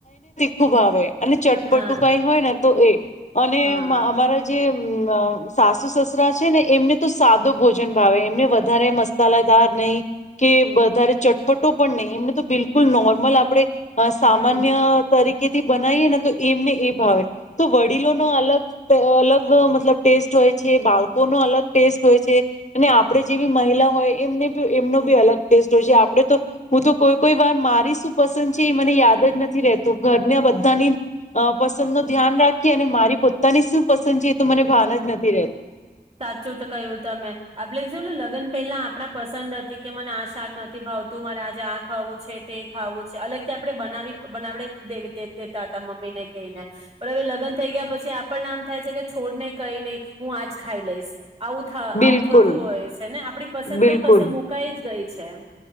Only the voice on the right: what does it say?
હા
હા
હમ
સાચું તો કયું તમે આપડે જોને લગ્ન. પેલા આપણા પસંદ હતી કે મને આ શાક નથી ભાવતું મારે આજે આ ખાવું છે તે ખાવું છે અલગથી આપણે બનાવી બનાવડી દેવી દેતા હતા મમ્મી ને ક ને પણ હવે લગ્ન થઈ ગયા પછી આપણને આમ થાય છે કે છોડ ને કઈ નહી હું આજ ખાઈ લઈશ આવું થય
આવું થતું હોય છે ને આપડી પસંદ
તો કશે મુકાઈ જ ગઈ છે એમ